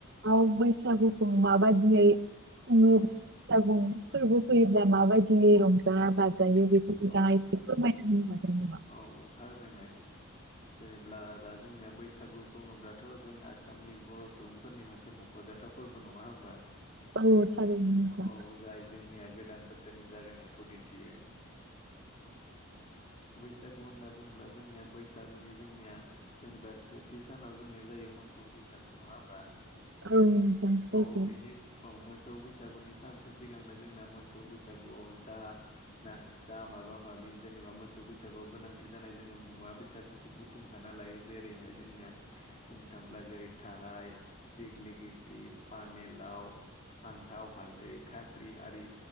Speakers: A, on the right; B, on the left.
A: औ बैसागुखौ माबादियै खुङो
B: औ
A: बैसागु फोरबो फैयोब्ला माबायदियै रंजा बाजायो बेफोरखौ
B: औ
A: दा एसे फोरमायथिनो हागोन नामा?
B: औ फोरमायनो हागोन जेनेब्ला दा जोंनिया बैसागु बुङोब्लाथ जों आसामनि बर' सुबुंफोरनि मोनसे मखजा थाव फोरबो नङा होमबा
A: औ थारैनो नोंथां।
B: औ जाय जोंनिया गोदान बोसोरनि जागायनायखौ दिन्थियो बैसागु होनना बुङोब्ला जोंनिया बैसागुनि जोंनिया जेनेबा सेथि सानाव जोंनिया जायो मोसौ बैसागु नङा होमबा?
A: औ नोंथां सैथो।
B: औ बेनो औ मोसौ बैसागुनि सानसे सिगांनो जोंना मोसौ बैसागुआव जा ना जा माबा माबि जेनेबा मोसौ बै बैसागुआव गोनांथि जानाय जोङो मुवा बेसादफोरखौ बुथुमखाना लायो जेरैहाय जोंनिया बुंनो थाङोब्ला जेरै थाराय दिग्लिगेटि पानिलाव फान्थाव, हालदै, खात्रि आरि